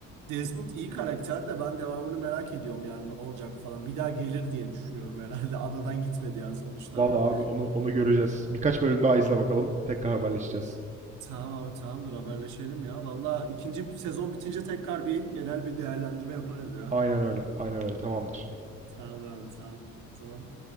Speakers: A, on the right; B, on the right.
A: Desmond iyi karakter de ben devamını merak ediyorum yani ne olacak falan. Bir daha gelir diye düşünüyorum herhalde. <laughs> Adadan gitmedi yani sonuçta
B: Vallahi
A: ama
B: abi onu onu göreceğiz. Birkaç bölüm daha izle bakalım. Tekrar haberleşeceğiz.
A: tamam abi tamamdır haberleşelim ya. Valla ikinci sezon bitince tekrar bir genel bir değerlendirme yaparız ya.
B: Aynen öyle. Aynen öyle. Tamamdır.
A: Tamam abi tamam. O zaman